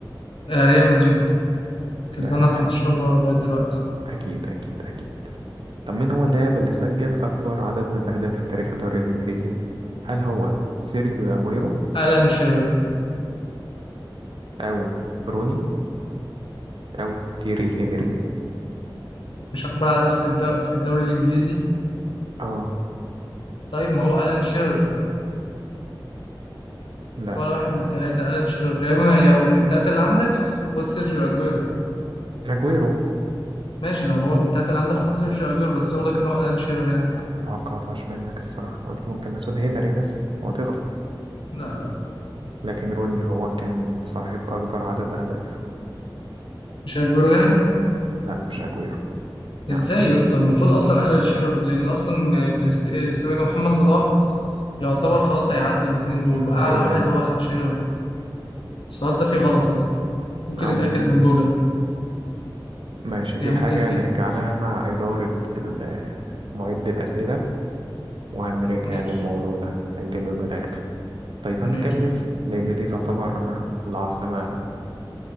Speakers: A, on the left; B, on the right.
A: آه ريال مدريد كسبانها
B: ده
A: 15
B: أ-
A: مرة لغاية دلوقتي
B: أكيد أكيد أكيد طب مين هو اللاعب اللي سجل أكبر عدد من الأهداف في تاريخ الدوري الإنجليزي؟ هل هو سيرجيو أغويرو
A: ألان شيرر
B: أو روني أو تيري هنري؟
A: مش أكبر عدد في الد... في الدوري الإنجليزي
B: آه
A: طيب ما هو ألان شيرر
B: لا
A: ولا واحد من التلاتة ألان شيرر يا إما لو من التلاتة اللي عندك خد سيرجيو أجويرو
B: أجويرو
A: ماشي لو هو من التلاتة اللي عندك خد سيرجيو أجويرو بس لو لك إن هو ألان شيرر يعني
B: ما توقعتهاش منك الصراحة قلت ممكن تقول هنري مثلا وتغلط
A: لا لا
B: لكن روني هو كان صاحب أكبر عدد أهداف
A: مش أجويرو يعني
B: لا مش أجويرو يعني
A: إزاي يا اسطى المفروض أصلا ألان شيرر لأن أصلا كريست... آه، اسمه إيه ده محمد صلاح يعتبر خلاص
B: مم.
A: هيعدي الاتنين دول وأعلى
B: أيوه
A: واحد هو ألان شيرر السؤال ده فيه غلط يا اسطى ممكن
B: أو
A: تتأكد
B: ممكن
A: من جوجل
B: ماشي دي
A: يعني
B: حاجة
A: ممكن تكتب
B: هنرجع لها مع إدارة ال- معد الأسئلة وهنراجع
A: ماشي
B: يعني الموضوع ده هيتم بلاغ طيب
A: ماشي
B: هنكمل لأن دي تعتبر العاصمة